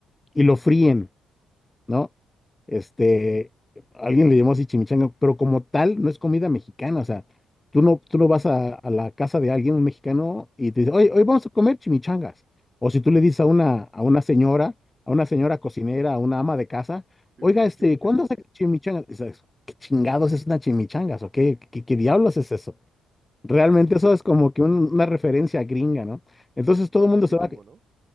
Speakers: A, on the left; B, on the right.
A: y lo fríen, ¿no? Este, alguien le llamó así chimichanga, pero como tal no es comida mexicana, o sea, tú no, tú no vas a, a la casa de alguien, un mexicano, y te dice, oye, hoy vamos a comer chimichangas. O si tú le dices a una, a una señora, a una señora cocinera, a una ama de casa,
B: <laughs> Que
A: oiga,
B: se haga
A: este,
B: chimichangas.
A: ¿cuándo hace chimichangas? Y dices, ¿Qué chingados es una chimichangas? ¿O qué, qué, qué diablos es eso? Realmente
B: <laughs>
A: eso es como que un- una referencia gringa, ¿no? Entonces
B: Y es
A: todo
B: famosísimo,
A: el mundo se va,
B: ¿no?